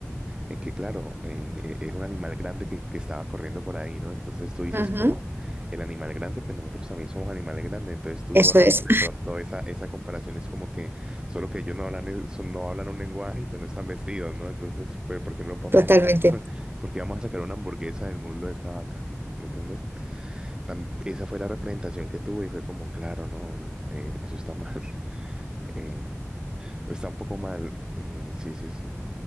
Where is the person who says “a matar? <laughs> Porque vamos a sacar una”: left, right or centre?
Right